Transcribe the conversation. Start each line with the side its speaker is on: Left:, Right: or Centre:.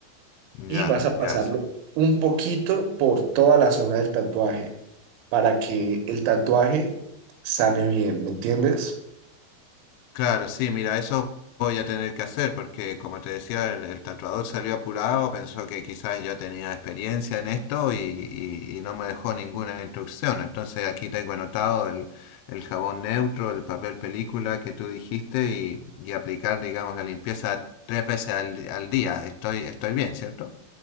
Left: Ya,
Right: y vas a pasarlo
Left: ya.
Right: un poquito por toda la zona del tatuaje para que el tatuaje sane bien, ¿me entiendes?
Left: Claro, sí, mira, eso voy a tener que hacer porque, como te decía, el, el tatuador salió apurado, pensó que quizás yo tenía experiencia en esto y, y- y no me dejó ninguna instrucción. Entonces aquí tengo anotado el, el jabón neutro, el papel película que tú dijiste y, y aplicar, digamos, la limpieza tres veces al, al día. Estoy, estoy bien, ¿cierto?